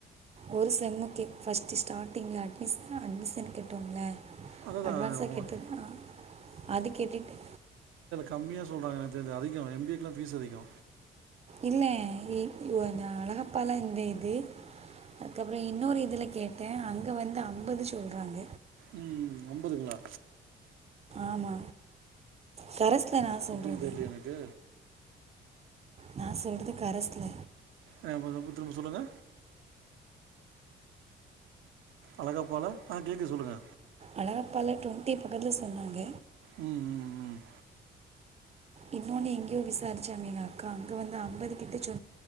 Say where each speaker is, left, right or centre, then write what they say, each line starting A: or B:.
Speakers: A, on the right; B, on the right.
A: ஒரு செம்மு கே ஃபஸ்டு ஸ்டார்டிங்கில் அட்மிஸன் அட்மிஸன் கட்டோம்ல
B: அதான்
A: அட்வான்ஸா
B: தான்
A: கேட்டது அது கெட்டிட்டே
B: கம்மியா சொல்றாங்க எனக்கு தெரிஞ்சு அதிகோ எம் பி ஏக் கெலா ஃபீஸ் அதிகோ
A: இல்ல <unintelligible> அழகப்பாலா இந்த இது அதுக்கப்றோ இன்னொரு இதுல கேட்டே அங்க வந்து அம்பது சொல்றாங்க
B: உம் அம்பதுங்களா
A: ஆமா கரஸ் <unintelligible> நா சொல்றது
B: எப்படின்னு தெரியல எனக்கு
A: நான் சொல்றது கரஸ்ல
B: எனக்கு கொஞ்சம் திரும்ப சொல்லுங்க அழகாப்பால ஆ கேக்குது சொல்லுங்க
A: அழகப்பாள டுவன்டி பக்கத்துல சொன்னாங்க
B: உம் உம் உம்
A: இன்னொன்னு எங்கேயோ விசாரிச்சாங்க எங்க அக்கா அங்க வந்து ஐம்பது கிட்ட சொ